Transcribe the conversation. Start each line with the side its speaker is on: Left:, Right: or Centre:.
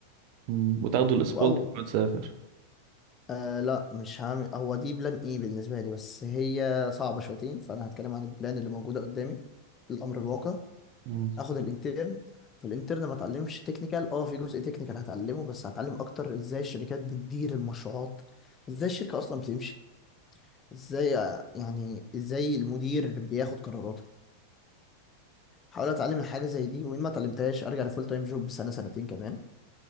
Right: امم وتاخدوا الاسبولدي
Left: او
Right: وتسافر
Left: آه لا مش هعمل هو دي بلان ايه بالنسبة لي بس هي صعبة شويتين فانا هتكلم عن البلان اللي موجودة قدامي الامر الواقع
Right: امم
Left: اخد الانترن فالانترن ما اتعلمش تكنيكال اه في جزء تكنيكال هتعلمه بس هتعلم اكتر ازاي الشركات بتدير المشروعات ازاي الشركة اصلا بتمشي ازاي آه، يعني ازاي المدير بياخد قراراته هحاول اتعلم الحاجة زي دي وان ما اتعلمتهاش ارجع لفول تايم جوب سنة سنتين كمان